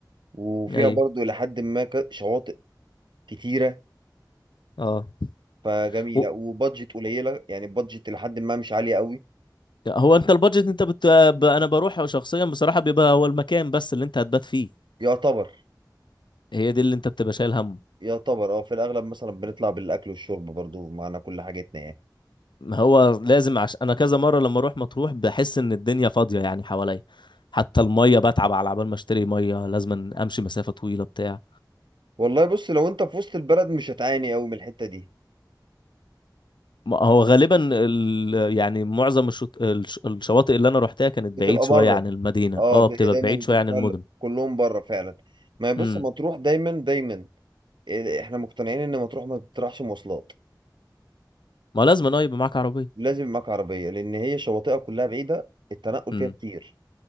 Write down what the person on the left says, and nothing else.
ايوه
اه
و...
هو انت البادجت انت بت... ب... انا بروح شخصيا بصراحه بيبقى هو المكان بس اللي انت هتبات فيه
هي دي اللي انت بتبقى شايل هم
ما هو لازم عشان انا كذا مره لما اروح مطروح بحس ان الدنيا فاضيه يعني حواليا حتى الميه بتعب على عبال ما اشتري ميه لازم امشي مسافه طويله بتاع
ما هو غالبا ال... يعني معظم الشط... الش... الشواطئ اللي انا روحتها كانت بعيد
شويه
عن المدينه
اه
بتبقى
بعيد
شويه
عن المدن
امم
ما لازم انا يبقى معاك عربيه
امم